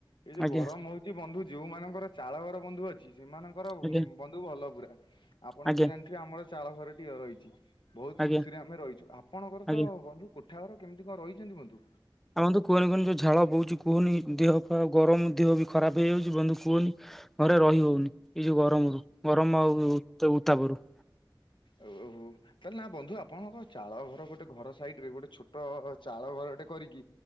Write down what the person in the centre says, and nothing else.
ଆଜ୍ଞା
ଆଜ୍ଞା
ଆଜ୍ଞା
ଆଜ୍ଞା
ଆଜ୍ଞା।
ଆଉ ବନ୍ଧୁ କୁହନି କୁହନି ଯୋଉ ଝାଳ ବୋହୁଚି କୁହନି ଦେହ ଖ ଗରମ ଦେହ ବି ଖରାପ ହେଇଯାଉଚି ବନ୍ଧୁ କୁହନି। ଘରେ ରହି ହୋଉନି ଏ ଯୋଉ ଗରମରୁ। ଗରମ ଆଉ ଉତ୍ତା-ଉତ୍ତାପରୁ।